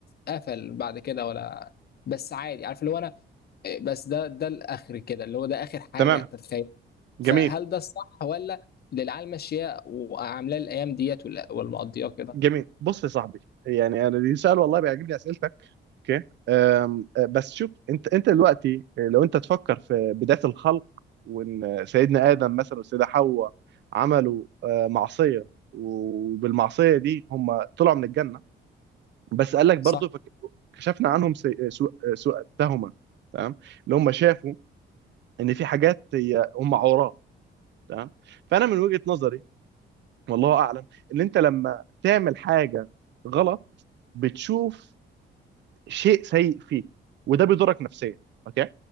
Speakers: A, on the left (about 50°); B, on the right (about 65°).
A: قفل بعد كده ولا بس عادي عارف اللي هو انا بس ده ده الاخر كده اللي هو ده اخر حاجه
B: تمام
A: تتخيل
B: جميل
A: فهل ده الصح ولا اللي العيال ماشيه وعاملاه الايام ديت ولا ولا مقضياه كده
B: جميل بص يا صاحبي يعني انا دي سؤال والله بيعجبني اسئلتك اوكي أم، أه، بس شوف انت انت دلوقتي آه، لو انت تفكر في بداية الخلق وان سيدنا ادم مثلا والسيدة حواء عملوا أه، معصية وبالمعصية دي هم طلعوا من الجنة بس قال لك برضه
A: صح
B: فك- كشفنا عنهم سي- سوء سوء التهمه تمام اللي هم شافوا ان في حاجات هي هم عوراء تمام فانا من وجهه نظري والله اعلم ان انت لما تعمل حاجه غلط بتشوف شيء سيء فيك وده بيضرك نفسيا اوكي